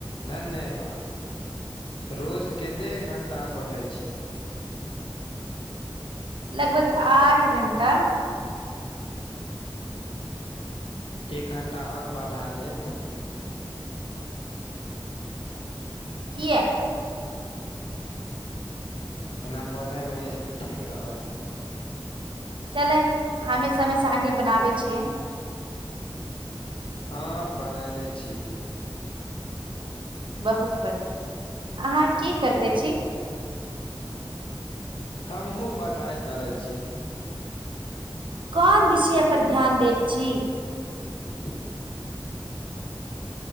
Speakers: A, on the left; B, on the right.
A: धन्यवाद। रोज कतेक घण्टा पढ़ैत छी?
B: लगभग आठ घण्टा।
A: एक घण्टा आओर बढ़ा लेब।
B: किया?
A: ओना पढ़ैमे ठीक रहत।
B: चले हमे समय सारनी बनाबै छियै।
A: हँ बनने छी।
B: बहुत बढ़िआं अहाँ की करते छी?
A: हमहु पढ़ाइ करैत छी।
B: कोन विषय पर ध्यान दैत छी?
A: <inaudible>